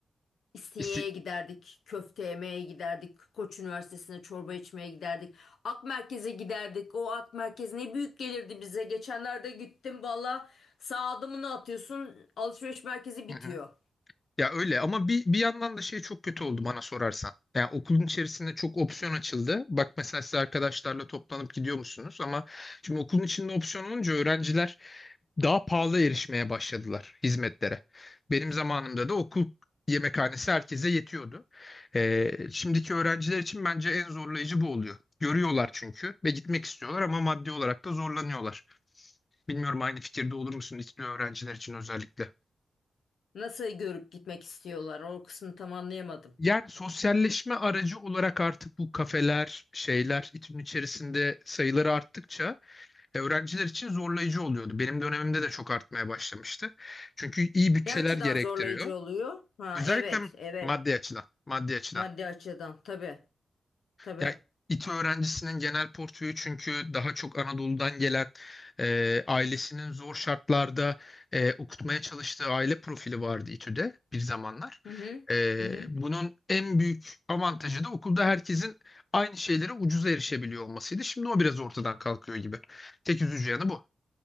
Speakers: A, on the left; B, on the left.
A: İstinye'ye
B: İsti...
A: giderdik, köfte yemeye giderdik, Koç Üniversitesi'ne çorba içmeye giderdik. Ak Merkez'e giderdik. O Ak Merkez ne büyük gelirdi bize. Geçenlerde gittim valla sağ adımını atıyorsun alışveriş merkezi bitiyor.
B: Hı hı. Ya öyle ama bir, bir yandan da şey çok kötü oldu bana sorarsan. Yani okulun içerisinde çok opsiyon açıldı. Bak mesela siz arkadaşlarla toplanıp gidiyor musunuz? Ama şimdi okulun içinde opsiyon olunca öğrenciler daha pahalı erişmeye başladılar hizmetlere. Benim zamanımda da okul yemekhanesi herkese yetiyordu. Ee, şimdiki öğrenciler için bence en zorlayıcı bu oluyor. Görüyorlar çünkü ve gitmek istiyorlar ama maddi olarak da zorlanıyorlar. Bilmiyorum aynı fikirde olur musun İTÜ öğrenciler için özellikle?
A: Nasıl görüp gitmek istiyorlar o kısmını tam anlayamadım.
B: Yani sosyalleşme aracı olarak artık bu kafeler, şeyler İTÜ'nün içerisinde sayıları arttıkça e, öğrenciler için zorlayıcı oluyordu. Benim dönemimde de çok artmaya başlamıştı. Çünkü iyi bütçeler
A: Ne açıdan
B: gerektiriyor.
A: zorlayıcı oluyor? Ha
B: Özellikle
A: evet evet
B: maddi açıdan, maddi açıdan.
A: maddi açıdan tabii tabii.
B: Ya İTÜ öğrencisinin genel portföyü çünkü daha çok Anadolu'dan gelen e, ailesinin zor şartlarda e, okutmaya çalıştığı aile profili vardı İTÜ'de bir zamanlar.
A: Hı hı.
B: E,
A: Hı hı.
B: bunun en büyük avantajı da okulda herkesin aynı şeylere ucuza erişebiliyor olmasıydı. Şimdi o biraz ortadan kalkıyor gibi. Tek üzücü yanı bu.